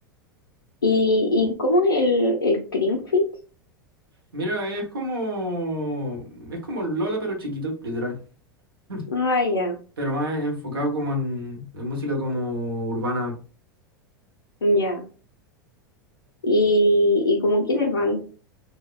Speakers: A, on the left; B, on the right.
A: ¿Y, y cómo es el, el Creamfields?
B: Mira, es como. Es como el Lola, pero chiquito, literal. <laughs>
A: Ah, ya,
B: Pero más enfocado como en, en música como urbana.
A: ya. ¿Y, y como quiénes van?